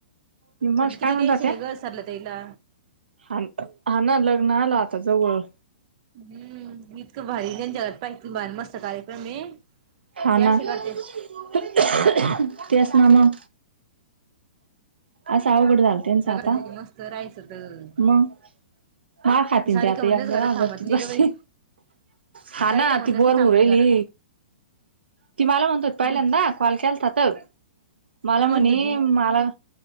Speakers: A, on the right (about 80°); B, on the right (about 45°).
A: मी मावशी
B: पण ते
A: काय
B: किती
A: म्हणत
B: टेन्शन
A: होत्या
B: आहे सरला ताईला.
A: हा हा ना लग्न आलं आता जवळ.
B: हम्म इतकं भारी जण घरात पाय की किती भारी मस्त कार्यक्रम आहे.
A: हा
B: ते असे
A: ना
B: करते
A: त्याच ना म. असं अवघड झालं त्यांचं
B: सगळं
A: आता
B: मस्त राहायचं तर
A: मग हा खाती
B: सारिका
A: ते आता
B: म्हणूनच
A: एकद्या
B: घरात थांबत नाही
A: बसते.
B: ग बाई
A: हा
B: सारिका
A: ना
B: म्हणूनच
A: ती बोर
B: नाही
A: होऊ
B: थांबत
A: राहिली.
B: घरात
A: ती मला म्हणत पहिल्यांदा
B: मग
A: कॉल केलता तर मला
B: काय म्हणत
A: म्हणे
B: ती
A: मला.